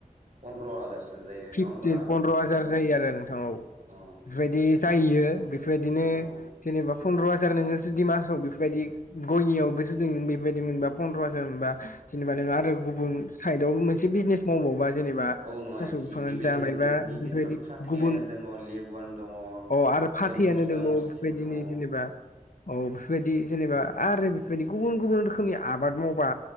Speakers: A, on the right; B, on the left.
A: पन्द्र' हाजारसो जायो
B: फिफटिन
A: नङा होमबा।
B: पन्द्र' हाजार जायो आरो नोंथाङाव बेफोरबायदि
A: औ
B: जायो बेफोरबायदिनो
A: औ
B: जेनेबा फन्द्र' हाजार नोङो जुदि मासाव बेफोरबायदि गयनियावबोसो जों बेफोरबायदि मोनबा पन्द्र' हाजार मोनबा जेनेबा नों
A: औ
B: आरो गुबुन साइडआवबो मोनसे बिजनेस मावबावबा जेनेबा थास'
A: औ नङा
B: बिफाङानो
A: बेबायदिनो
B: जा मायबा
A: जे बिनि
B: बेफोरबायदि
A: गेजेराव फाथैयानो
B: गुबुन
A: दङ लेबुआनो दङ
B: अ आरो फाथैयानो
A: जे मस्ला
B: दंबावो
A: मस्लिबो
B: बेफोरबायदिनो
A: दङ औ
B: जेनेबा औ बेफोरबायदि बि जेनेबा आरो बेफोरबाय गुब गुब रखनि आबाद मावबा